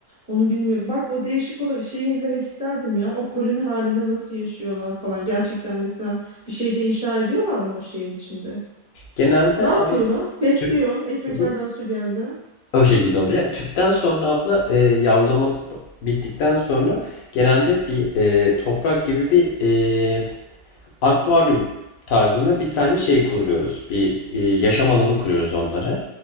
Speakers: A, on the right (about 15°); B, on the left (about 65°).
A: Onu bilmiyordum. Bak o değişik olan şeyi izlemek isterdim ya. O koloni halinde nasıl yaşıyorlar falan. Gerçekten mesela bir şeyde inşa ediyorlar mı o şeyin içinde?
B: Genelde
A: Ne yapıyorlar?
B: abla
A: Besliyor.
B: tüp
A: Ekmek
B: Hı hı.
A: elden su geldi.
B: o şekilde oluyor. Yani Tüpten sonra abla e, yavrulama bittikten sonra genelde bir e, toprak gibi bir e, akvaryum tarzında bir tane şey kuruyoruz. Bir e, yaşam alanı kuruyoruz onlara.